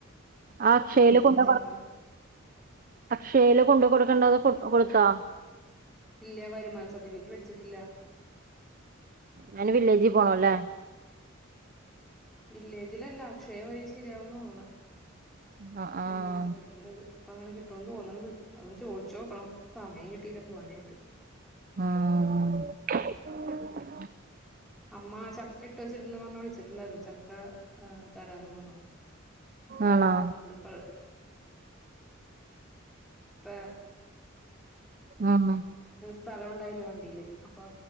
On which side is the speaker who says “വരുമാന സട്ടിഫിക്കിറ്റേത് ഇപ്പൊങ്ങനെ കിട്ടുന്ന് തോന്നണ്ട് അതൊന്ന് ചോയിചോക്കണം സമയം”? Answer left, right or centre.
Centre